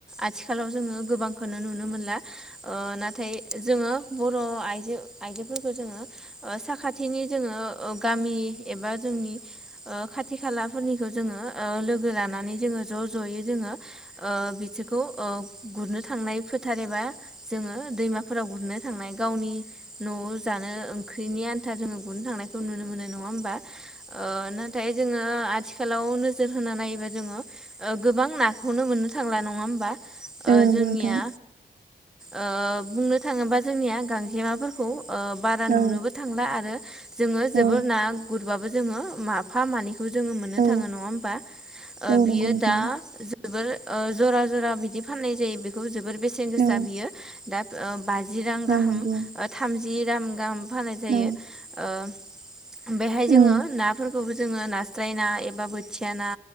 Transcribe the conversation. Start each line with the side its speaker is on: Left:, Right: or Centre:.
Centre: आथिखालाव जोङो गोबांखौनो नुनो मोनला ओ नाथाय जोङो बर' आइ आइजोफोरखौ जोङो साखाथिनि जोङो ओ गामि एबा जोंनि खाथि खाथि खाला फोरनिखौ जोङो लोगो लानानै जोङो ज' ज' जोङो ओ बिदि ओ गुरनो थांनाय फोथार एबा जोङो दैमाफोराव गुरनो थांनाय गावनि न'आव जानो ओंख्रिनि आनथा जोङो गुरनो थांनायखौ नुनो मोनो नङा होमबा ओ नाथाय जोङो आथिखालाव नोजोर होना नायोबा जोङो गोबां नाखौनो मोननो थांला नङा होमबाओ
Right: औ नंगौ
Centre: जोंनिया
Right: नोंथां
Centre: ओ बुंनो थाङोबा जोंनिया गांजेमाफोरखौ बारा
Right: औ
Centre: नुनोबो थांला आरो जोङो जोबोर
Right: औ
Centre: ना गुरबाबो जोङो माफा मानै जोङो मोननो
Right: औ
Centre: थाङो नङा होमबा
Right: औ
Centre: बियो
Right: नंगौ नोंथां
Centre: दा जोबोर जरा जरा बिदि फाननाय जायो बेखौ जोबोर बेसेन गोसा
Right: औ
Centre: बियो दा बाजि रां
Right: औ
Centre: गाहाम
Right: नंगौ
Centre: थामजि रां गाहाम फाननाय जायोत
Right: औ
Centre: बेहाय जोङो
Right: औ
Centre: नाफोरखौबो जोङो नास्राय ना एबा बोथिया ना